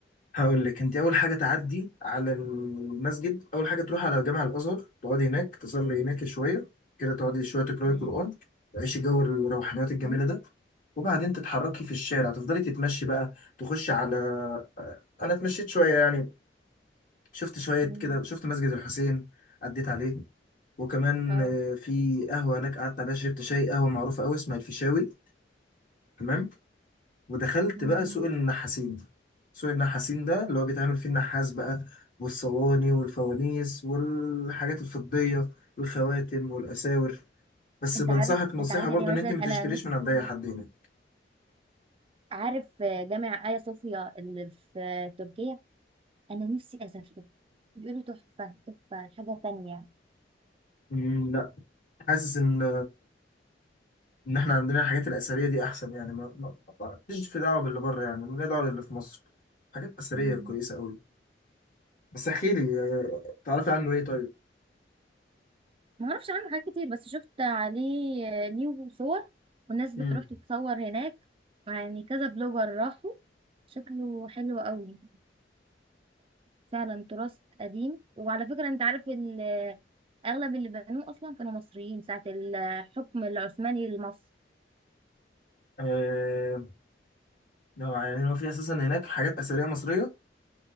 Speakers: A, on the left; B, on the right.
A: هقول لك انت اول حاجه تعدي على المسجد اول حاجه تروح على جامع الازهر تقعدي هناك تصلي هناك شويه كده تقعدي شويه تقراي
B: تمام.
A: قران تعيشي جو الروحانيات الجميله
B: مم.
A: ده وبعدين تتحركي في الشارع تفضلي تتمشي بقى تخشي على آه، انا اتمشيت شويه يعني شفت شويه
B: مم.
A: كده شفت مسجد الحسين عديت عليه وكمان
B: اه
A: آه، في قهوه هناك قعدت عليها شربت شاي قهوه معروفه قوي اسمها الفيشاوي تمام ودخلت
B: مم.
A: بقى سوق النحاسين سوق النحاسين ده اللي هو بيتعمل فيه النحاس بقى والصواني والفوانيس والحاجات الفضية والخواتم والأساور بس
B: انت
A: بنصحك
B: عارف
A: نصيحة
B: انت عارف
A: برضو
B: يا دي مثلا
A: إن أنت ما
B: انا
A: تشتريش
B: نفسي
A: من عند أي حد هنا
B: عارف جامع ايا صوفيا اللي في تركيا انا نفسي اسافره بيقولوا تحفه تحفه حاجه تانية
A: مم، لا حاسس إن إن إحنا عندنا الحاجات الأثرية دي أحسن يعني ما ما- ما- ماليش في دعوة باللي بره يعني ماليش دعوة باللي في مصر حاجات أثرية
B: مم.
A: كويسة أوي بس احكي لي آه، تعرفي عنه إيه طيب؟
B: ما اعرفش عنه حاجات كتير بس شفت عليه آه، ليه صور والناس بتروح
A: امم
B: تتصور هناك يعني كذا بلوجر راحوا شكله حلو قوي فعلا تراث قديم وعلى فكره انت عارف ال- اغلب اللي بنوه اصلا كانوا مصريين ساعه الحكم العثماني لمصر
A: آه... يعني هو في أساسا هناك حاجات أثرية مصرية؟